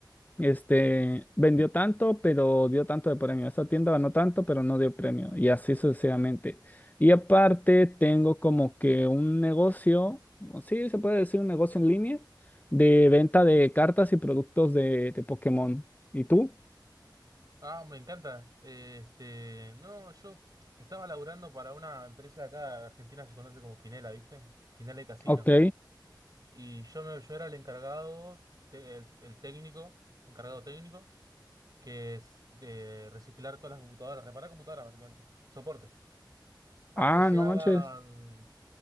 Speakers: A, on the left; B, on the right.
A: Este, vendió tanto, pero dio tanto de premio. Esta tienda ganó tanto, pero no dio premio. Y así sucesivamente. Y aparte, tengo como que un negocio, o sí, se puede decir un negocio en línea, de venta de cartas y productos de, de Pokémon. ¿Y tú?
B: Ah, me encanta. Eh, Este, no, yo estaba laburando para una empresa de acá, Argentina se conoce como Quinela, ¿viste? Quinela y Casino.
A: Ok.
B: Y yo me, yo era el encargado, te- el, el técnico, encargado técnico, que es de reciclar todas las computadoras, reparar computadoras básicamente. Soporte. A
A: Ah,
B: mí me llegaban
A: no manches.